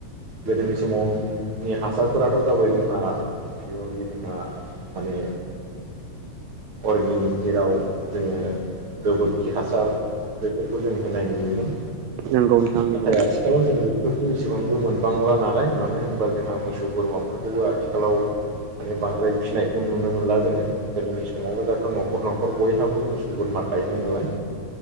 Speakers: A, on the right; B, on the right.
A: गोदोनि समाव नि हासारफोराथ' जाबाय जोंहा पियरलि जोंहा माने अर्गेनिक जेराव जोङो गोबोरखि हासार बेफोरखौ जों होनाय नुयोमोन।
B: नंगौ नोंथां नंगौ
A: नाथाय आथिखालाव जों बेफोरखौ एसेबांबो मोनबांला नालाय मानो होनोबा जोंहा मोसौ बोरमाफोरखौबो आथिखाल आथिखालाव माने बांद्राय फिसिनायखौ नुनो मोन मोनला जोङो गोदोनि समावबो दाथ' न'खर न'खर बयहाबो मोसौ बोरमा थायोमोन नालाय